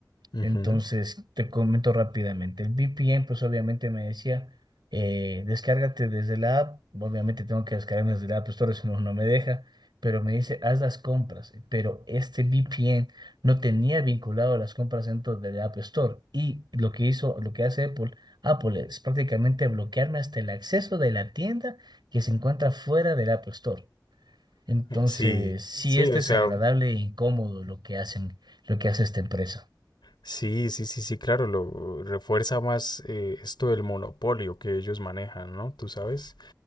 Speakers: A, on the left; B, on the right.
A: ujú.
B: Entonces, te comento rápidamente. El VPN, pues obviamente me decía, eh, descárgate desde la app. Obviamente tengo que descargarme desde la App Store, eso no, no me deja, pero me dice, haz las compras. Pero este VPN no tenía vinculado las compras dentro de la App Store. Y lo que hizo, lo que hace Apple, Apple es prácticamente bloquearme hasta el acceso de la tienda que se encuentra fuera del App Store. Entonces,
A: Eh, Sí,
B: sí
A: sí,
B: es
A: o
B: desagradable
A: sea,
B: e incómodo lo que hacen, lo que hace esta empresa.
A: sí, sí, sí, sí, claro, lo refuerza más eh, esto del monopolio que ellos manejan, ¿no? Tú sabes.